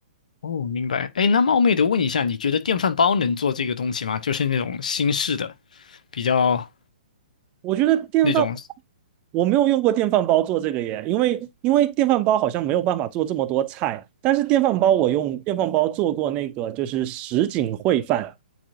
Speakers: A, on the left; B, on the right.
A: 哦，明白。哎，那冒昧的问一下，你觉得电饭煲能做这个东西吗？就是那种新式的，比较
B: 我觉得电饭。
A: 那种
B: 我没有用过电饭煲做这个耶，因为因为电饭煲好像没有办法做这么多菜，但是电饭煲我用电饭煲做过那个就是什锦烩饭，